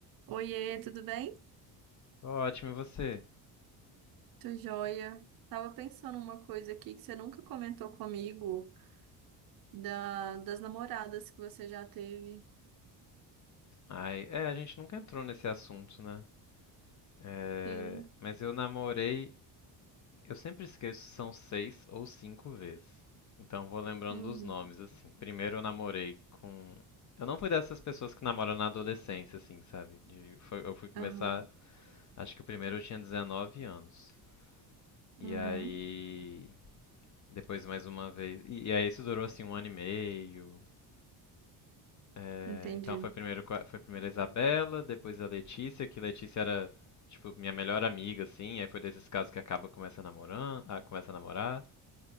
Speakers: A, on the right (about 45°); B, on the left (about 40°).
A: Oiê, tudo bem?
B: Tô Ótimo, e você?
A: Tô joia. Tava pensando uma coisa aqui que você nunca comentou comigo da, das namoradas que você já teve.
B: Ai, é, a gente nunca entrou nesse assunto, né? É,
A: Sim.
B: mas eu namorei, eu sempre esqueço se são seis ou cinco vezes. Então vou lembrando
A: Uhum.
B: dos nomes, assim. Primeiro eu namorei com. Eu não fui dessas pessoas que namoram na adolescência, assim, sabe? De- foi- eu fui começar,
A: Aham.
B: acho que o primeiro eu tinha 19 anos. E
A: Uhum.
B: aí. Depois mais uma vez. E, e aí isso durou assim um ano e meio. É,
A: Entendi.
B: então foi primeiro co- foi primeiro a Isabela, depois a Letícia, que Letícia era tipo minha melhor amiga assim, aí foi desses casos que acaba começa a namorar, ah, começa a namorar.